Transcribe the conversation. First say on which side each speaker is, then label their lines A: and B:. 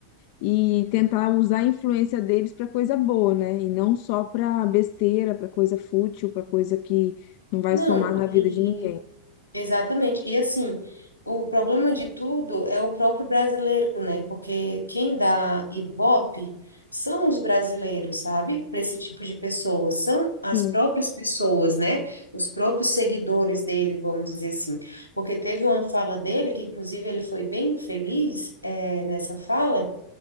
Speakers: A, on the left (about 45°); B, on the left (about 85°).
A: e tentar usar a influência deles para coisa boa, né? E não só para besteira, para coisa fútil, para coisa que não vai
B: Não,
A: somar na
B: e
A: vida de ninguém.
B: Exatamente. E assim, o problema de tudo é o próprio brasileiro, né? Porque quem dá Ibope são os brasileiros, sabe? Para esse tipo de pessoa, são as
A: Sim.
B: próprias pessoas, né? Os próprios seguidores dele, vamos dizer assim. Porque teve uma fala dele, que inclusive ele foi bem feliz, eh, nessa fala